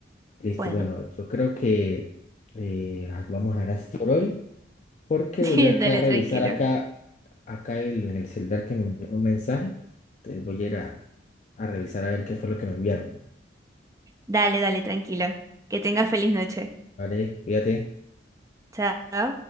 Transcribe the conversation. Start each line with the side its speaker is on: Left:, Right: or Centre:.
Left: Listo,
Right: bueno.
Left: bueno, yo creo que eh, ah, vamos a ver así por hoy, porque
Right: <laughs>
Left: voy acá
Right: Dale,
Left: a revisar
Right: tranquilo.
Left: acá, acá el- en el celular que me enviaron un mensaje. Entonces voy a ir a, a revisar a ver qué fue lo que me enviaron.
Right: Dale, dale, tranquilo. Que tengas feliz noche.
Left: Vale, fíjate.
Right: Chao.